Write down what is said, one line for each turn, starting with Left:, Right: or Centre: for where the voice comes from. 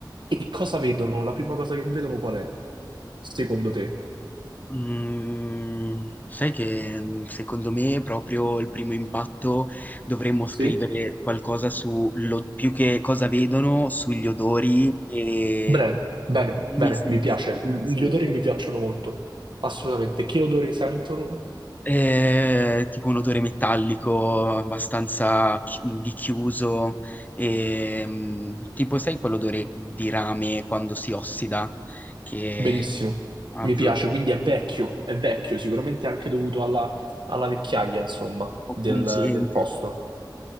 Right: e cosa vedono? La prima cosa che vedono qual è, secondo te?
Left: Mm, sai che mm, secondo me proprio il primo impatto dovremmo scrivere
Right: sì.
Left: qualcosa su lo- più che cosa vedono, sugli odori e
Right: Bene, bene,
Left: i primi
Right: bene,
Left: sensi
Right: mi piace.
Left: che
Right: L-
Left: si risvegliano.
Right: Gli odori mi piacciono molto, assolutamente. Che odore sentono?
Left: Ehm, tipo un odore metallico abbastanza chi di chiuso, ehm, tipo sai quell'odore di rame quando si ossida, che
Right: Benissimo,
Left: ha
Right: mi
Left: quell'odore
Right: piace, quindi
Left: un
Right: è vecchio, è vecchio, sicuramente anche dovuto alla, alla vecchiaia, insomma,
Left: po'
Right: del,
Left: pungente.
Right: del posto.